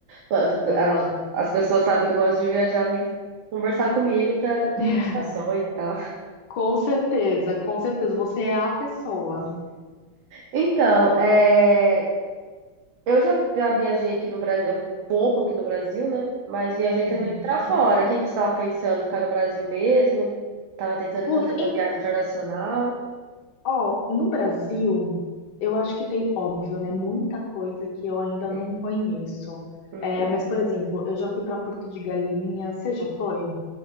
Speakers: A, on the right; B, on the left.
A: As
B: Boa.
A: as pessoas sabem que eu gosto de viajar, vêm conversar comigo pra pedir
B: <laughs>
A: indicações e tal.
B: Com certeza, com certeza, você é a pessoa.
A: Então, é, eu já, já viajei aqui no Brasil, um pouco aqui no Brasil, né? Mas viajei
B: Uhum.
A: também pra fora. O que que você estava pensando? Ficar no Brasil mesmo? Tava tentando
B: Puta,
A: fazer uma viagem internacional?
B: Ó, no Brasil, eu acho que tem, óbvio, né, muita coisa que eu ainda não
A: É.
B: conheço.
A: Uhum.
B: É, mas, por exemplo, eu já fui para Porto de Galinha. Você já foi?